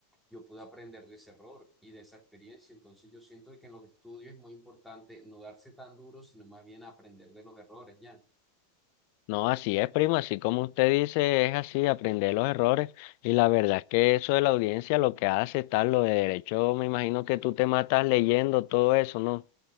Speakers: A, in the centre; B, on the left (about 55°).
A: yo puedo aprender de ese error y de esa experiencia, entonces yo siento de que en los estudios es muy importante no darse tan duro, sino más bien aprender de los errores, ¿ya?
B: No, así es, primo, así como usted dice, es así, aprender los errores y la verdad es que eso de la audiencia lo que hace está lo de derecho, me imagino que tú te matas leyendo todo eso, ¿no?